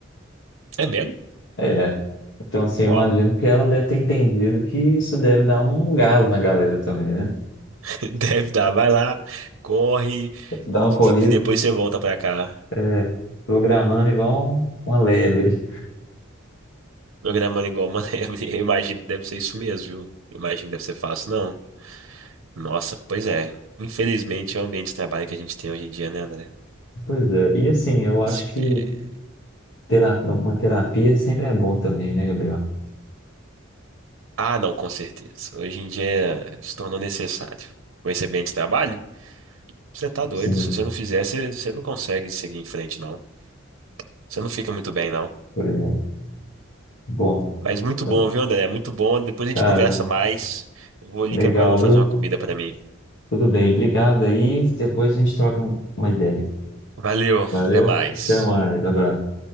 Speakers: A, on the right (about 75°); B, on the left (about 60°).
A: É mesmo?
B: É. Então, assim,
A: Uau!
B: eu imagino que ela deve ter entendido que isso deve dar um gás na galera também, né?
A: <laughs> Deve dar. Vai lá, corre,
B: Dá
A: e
B: uma
A: de-
B: corrida
A: depois você volta pra cá.
B: É, programando igual um- uma lebre.
A: Programando igual uma lebre. <laughs> Eu imagino que deve ser isso mesmo, viu? Eu imagino que deve ser fácil, não. Nossa, pois é. Infelizmente é o ambiente de trabalho que a gente tem hoje em dia, né, André?
B: Pois é, e assim, eu acho
A: Espe-
B: que tera- uma terapia sempre é bom também, né, Gabriel?
A: Ah, não, com certeza. Hoje em dia se tornou necessário. Com esse ambiente de trabalho, você tá doido.
B: Sim,
A: Se você não fizer, você, você não consegue seguir em frente, não. Você não fica muito bem, não.
B: pois é. Bom,
A: Mas muito
B: eu-
A: bom, viu, André? Muito bom. Depois a gente
B: cara,
A: conversa mais. Eu Vou ali
B: legal,
A: que agora eu vou fazer
B: viu?
A: uma comida pra mim.
B: Tudo bem, obrigado aí. Depois a gente troca um- uma ideia.
A: Valeu, até
B: Valeu,
A: mais.
B: até mais, abraço.